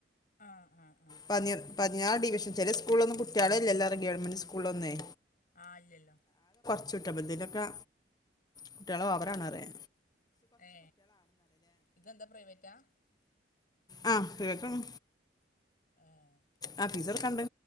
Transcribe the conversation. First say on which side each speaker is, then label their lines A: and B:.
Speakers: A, on the left (about 50°); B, on the left (about 20°).
A: ആഹ് ആഹ് ആഹ് ആഹ്
B: പതിന പതിനാറ് ഡി ചില സ്കൂള്ലൊന്നും കുട്ടിയാളെല്ലല്ലോ ഗവൺമെന്റ് സ്കൂളൊന്നേ.
A: ആഹ് ഇല്ലല്ലോ.
B: <unintelligible> തിലക്കെ കുട്ടിയള് ഓവറാണ്റിയാ
A: ഏ ഇതെന്താ പ്രൈവറ്റാ?
B: ആ പ്രൈവറ്റാണ്
A: ഏഹ്
B: ആ ഫിസ് കൊട്ക്കാണ്ട്